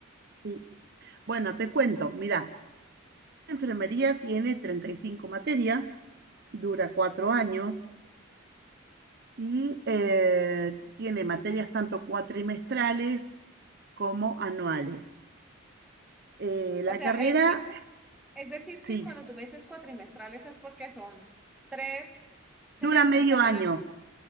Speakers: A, on the right; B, in the centre.
A: Sí. Bueno, te cuento, mira, la enfermería tiene 35 materias, dura cuatro años y eh, tiene materias tanto cuatrimestrales como anuales. Eh,
B: O
A: la
B: sea,
A: carrera,
B: el- di- es decir, que
A: sí,
B: cuando tú me dices cuatrimestrales es porque son tres semestres
A: Dura medio
B: en
A: año,
B: el año.